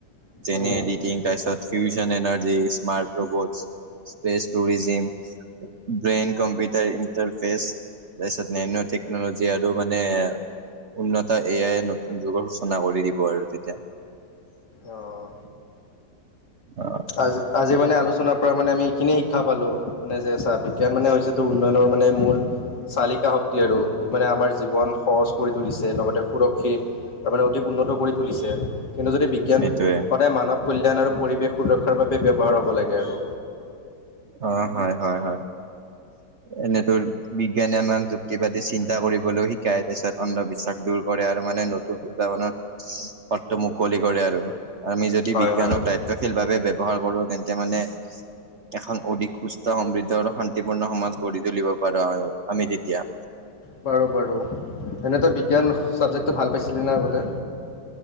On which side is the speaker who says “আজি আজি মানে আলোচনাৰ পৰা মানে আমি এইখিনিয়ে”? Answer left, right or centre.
Left